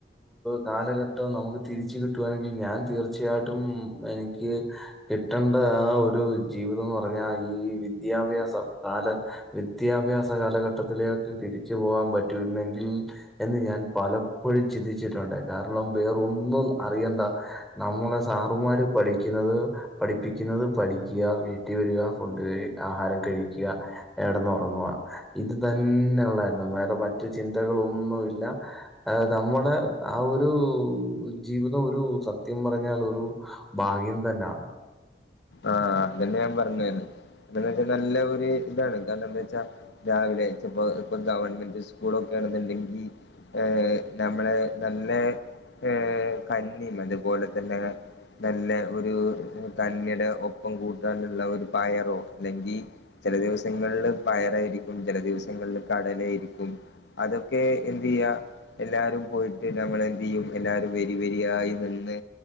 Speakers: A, in the centre; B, on the left.
A: കാലഘട്ടം നമുക്ക് തിരിച്ച് കിട്ടു യാണെങ്കിൽ ഞാൻ തീർച്ചയായിട്ടും എനിക്ക് കിട്ടേണ്ട ആ ഒരു ജീവിതംന്ന് പറഞ്ഞാ ഈ വിദ്യാഭ്യാസം കാല വിദ്യാഭ്യാസ കാലഘട്ടത്തിലേക്ക് തിരിച്ചു പോകാൻ പറ്റിരുന്നെങ്കിൽ എന്ന് ഞാൻ പലപ്പോഴും ചിന്തിച്ചിട്ടുണ്ട് കാരണം വേറൊന്നും അറിയണ്ടാ നമ്മളെ സാറുമാര് പഠിക്കുന്നത് പഠിപ്പിക്കുന്നത് പഠിക്കുക വീട്ടിൽ വരിക ഫുഡ് കഴി ആഹാരം കഴിക്ക കെടന്നൊറങ്ങുവാ ഇത് തന്നെ ഒള്ളായിരുന്നു വേറെ മറ്റു ചിന്തകളൊന്നും ഇല്ല അത് നമ്മടെ ആ ഒരു ജീവിതം ഒരു സത്യം പറഞ്ഞാൽ ഒരു ഭാഗ്യം തന്നെയാണ്
B: ആഹ് അതന്നെ ഞാൻ പറഞ്ഞുതന്നെന്ന് വച്ചാ നല്ല ഒരു ഇതാണ് കാരണം എന്താ വെച്ചാ രാവിലെപ്പോ ഇപ്പ ഗവൺമെന്റ് സ്കൂളൊക്കെ ആണെന്നുണ്ടെങ്കിൽ ഏ നമ്മളെ നല്ല ഏർ കന്നിയും അതുപോലെ തന്നെ നല്ല ഒരു കഞ്ഞിയുടെ ഉപ്പും കൂട്ടാനുള്ള ഒരു പയറോ അല്ലെങ്കിൽ ചില ദിവസങ്ങളില് പയറായിരിക്കും ചില ദിവസങ്ങളില് കടലയായിരിക്കും അതൊക്കെ എന്ത്യ്യാ എല്ലാരും പോയിട്ട് നമ്മളെന്തെയ്യും എല്ലാരും വെരി വെരിയായി നിന്ന്